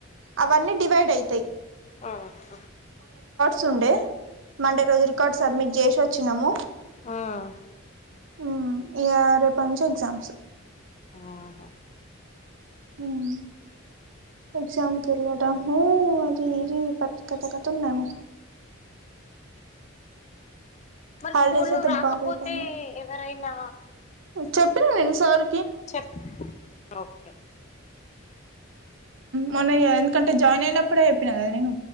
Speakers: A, on the right; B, on the left.
A: అవన్నీ డివైడ్ అయితాయి
B: ఆ అక్క
A: చుండే మండే రోజు రికార్డ్ సబ్మిట్ చేసి వోచ్చినాము
B: హ్మ్
A: హ్ ఇగ రేపటి నుంచి ఎగ్జామ్స్
B: ఆహా
A: హ్ ఎగ్జామ్ కు ఎల్లడం హు అది ఇది కథకత ఉన్నాది మొ
B: మరి
A: హాలిడేస్
B: స్కూల్లో
A: అయితే
B: నువ్వు రాకపోతే
A: బాగా అయిపోయినాయి
B: ఎవరైనా
A: చెప్పిన <unintelligible> సార్
B: చెప్ ఓకే అండి
A: మొన్న ఇగ ఎందుకంటే జాయిన్ అయినప్పుడు ఇప్పుడే చెప్పిన కదా నేను